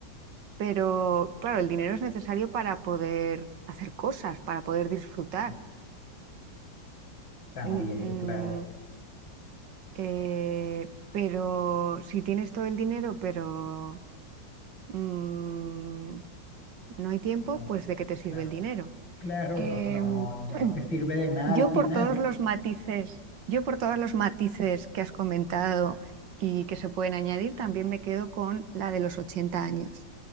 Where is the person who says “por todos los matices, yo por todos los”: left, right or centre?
Right